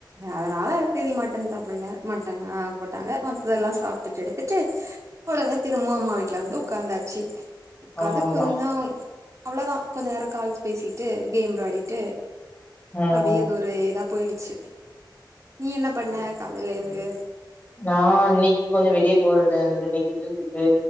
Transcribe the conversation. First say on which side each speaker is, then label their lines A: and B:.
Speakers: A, on the right; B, on the left.
A: அதனால செரி மட்டன் சாப்பில மட்டன் போட்டாங்க மத்ததெல்லா சாப்ட்டுட்டு எடுத்துட்டு ஒடனே திரும்பவு அம்மா வீட்ல வந்து உக்காந்தாச்சி கந்து
B: ஆமா
A: கொஞ்சம் அவ்ளோதா கொஞ்ச நேரம் கால்ஸ் பேசிட்டு கேம் விளாடிட்டு
B: ம்
A: அப்டியே அது ஒரு இதா போயிடுச்சு நீ என்ன பண்ண காலைலந்து
B: நா இன்னைக்கு கொஞ்ச வெளிய போறதாந்து இன்னைக்கு விருந்துக்கு